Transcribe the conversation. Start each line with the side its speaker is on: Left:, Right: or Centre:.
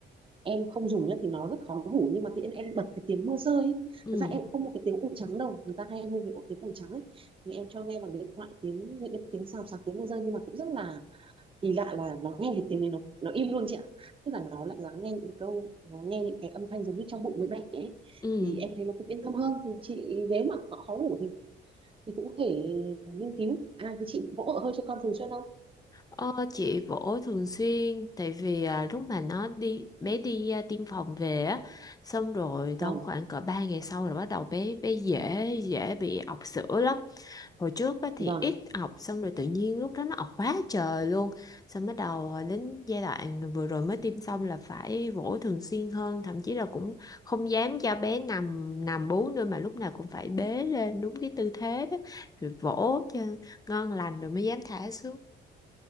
Right: em không dùng nhá thì nó rất khó ngủ nhưng mà tự nhiên em bật cái tiếng mưa rơi ấy.
Left: <laughs> ừ
Right: thực ra em cũng không một cái tiếng ồn trắng đâu người ta hay mua cái ổ tiếng ồn trắng ấy thì em cho nghe bằng điện thoại tiếng những cái tiếng xào xạc tiếng mưa rơi nhưng mà cũng rất là kỳ lạ là nó nghe thì tiếng đấy nó nó im luôn chị ạ tức là nó lại lắng nghe những câu nó nghe những cái âm thanh giống như trong bụng người mẹ ấy
Left: ừ
Right: thì em thấy nó cũng yên tâm hơn thì chị nếu mà họ khó ngủ thì thì cũng có thể nghiên cứu à thế chị vỗ ở hơi cho con thường xuyên không
Left: ờ, chị vỗ thường xuyên tại vì à, lúc mà nó đi bé đi à, tiêm phòng về á xong rồi trong
Right: vâng
Left: khoảng cỡ 3 ngày sau là bắt đầu bé bé dễ dễ bị ọc sữa lắm hồi trước á, thì
Right: vâng
Left: ít học xong rồi tự nhiên lúc đó nó học quá trời luôn xong bắt đầu đến giai đoạn vừa rồi mới tiêm xong là phải vỗ thường xuyên hơn thậm chí là cũng không dám cho bé nằm nằm bú nữa mà lúc nào cũng phải bế lên đúng cái tư thế đó, rồi vỗ cho ngon lành rồi mới dám thả xuống